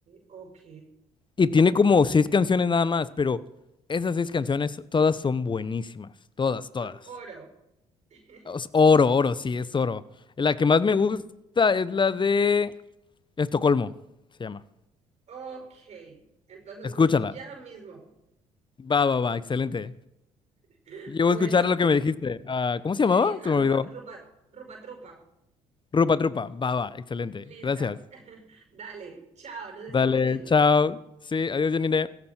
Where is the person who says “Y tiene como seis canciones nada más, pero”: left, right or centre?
Left